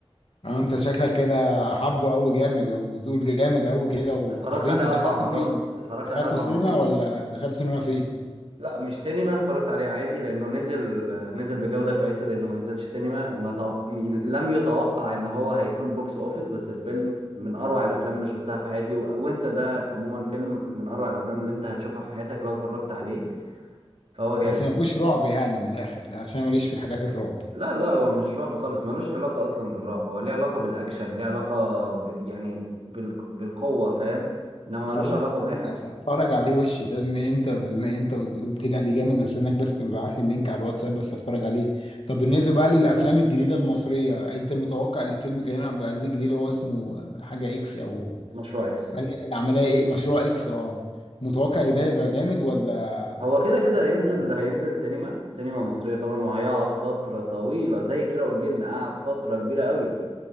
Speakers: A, on the left; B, on the right.
A: اه انت شكلك كده حبه قوي جامد وبتقول جامد قوي كده و...
B: اتفرجت
A: طب إيه
B: عليه
A: انت دخلته
B: اربع مرات
A: فين؟
B: اتفرجت
A: دخلته
B: عليه اربع
A: سينما
B: مرات
A: ولا دخلته سينما فين؟
B: لا مش سينما اتفرجت عليه عادي لانه نزل نزل بجودة كويسة لانه ما نزلش سينما ما توق... م- لم يتوقع ان هو هيكون بوكس اوفيس بس الفيلم من اروع الافلام اللي شفتها في حياتي و... وانت ده عموما فيلم من اروع الافلام اللي انت هتشوفها في حياتك لو اتفرجت عليه فهو جامد
A: بس ما
B: بصراحة
A: فيهوش رعب يعني من الاخر عشان ماليش في الحاجات الرعب
B: لا لا هو مش رعب خالص ملوش علاقة اصلا بالرعب هو ليه علاقة بالاكشن ليه علاقة ب... يعني بال... بالقوة فاهم انما
A: خلاص
B: ملوش علاقة
A: يا
B: باي
A: عم
B: حاجة
A: هتفرج عليه وش ده بما انت بما انت قلت لي عليه جامد استناك بس تبعت لي اللينك على الواتساب بس هتفرج عليه طب بالنسبه بقى للافلام الجديده المصريه انت متوقع ان فيلم كريم عبد العزيز الجديد اللي هو اسمه آه، حاجه اكس او
B: مشروع اكس
A: العمليه ايه مشروع اكس اه متوقع ان ده هيبقى جامد ولا
B: هو كده كده هينزل
A: طبعا.
B: هينزل سينما سينما مصرية طبعا وهيقعد فترة طويلة زي كيرة والجن قعد فترة كبيرة قوي